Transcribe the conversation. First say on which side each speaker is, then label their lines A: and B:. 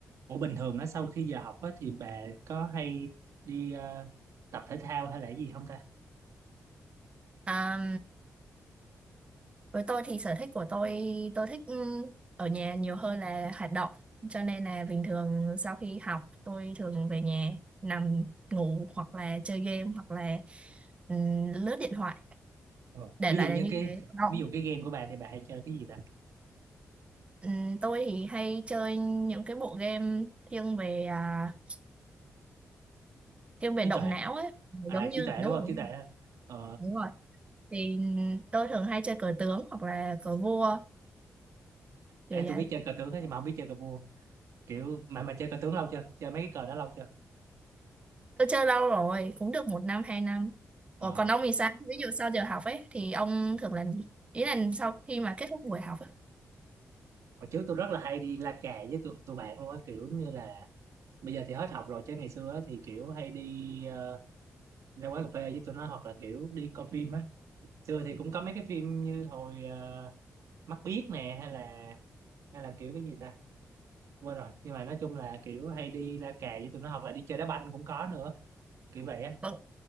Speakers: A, on the right (about 80°); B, on the right (about 25°).
A: Ủa bình thường á sau khi giờ học á thì bà có hay đi ờ, tập thể thao hay là cái gì không ta?
B: À, với tôi thì sở thích của tôi tôi thích ừ, ở nhà nhiều hơn là hoạt động cho nên là bình thường sau khi học tôi thường về nhà nằm ngủ hoặc là chơi game hoặc là ừ, lướt điện thoại
A: Ờ.
B: để
A: Ví
B: lại
A: dụ như
B: là như
A: cái
B: thế động
A: ví dụ cái game của bà thì bà hay chơi cái gì ta?
B: Ừ, tôi thì hay chơi những cái bộ game thiên về à, thiên về
A: Trí
B: động
A: tuệ.
B: não ấy giống
A: À
B: như
A: trí tuệ
B: đúng
A: đúng không?
B: rồi
A: Trí tuệ. đó. Ờ
B: đúng rồi thì tôi thường hay chơi cờ tướng hoặc là cờ vua
A: à,
B: kiểu vậy
A: tôi biết chơi cờ tướng á nhưng mà không biết chơi cờ vua. Kiểu mà mà chơi cờ tướng lâu chưa? Chơi mấy cái cờ đó lâu chưa?
B: Tôi chơi lâu rồi, cũng được một năm, hai năm. Ủa
A: Ờ.
B: còn ông thì sao? Ví dụ sau giờ học ấy, thì ông thường làm gì? Ý là sau khi mà kết thúc buổi học ấy.
A: Hồi trước tôi rất là hay đi la cà với tụi, tụi bạn luôn á kiểu như là bây giờ thì hết học rồi chứ ngày xưa á, thì kiểu hay đi ờ, ra quán cà phê với tụi nó hoặc là kiểu đi coi phim á. Xưa thì cũng có mấy cái phim như hồi ờ, mắt biếc nè hay là hay là kiểu cái gì ta quên rồi nhưng mà nói chung là kiểu hay đi la cà với tụi nó hoặc là đi chơi đá banh cũng có nữa kiểu vậy á
B: Có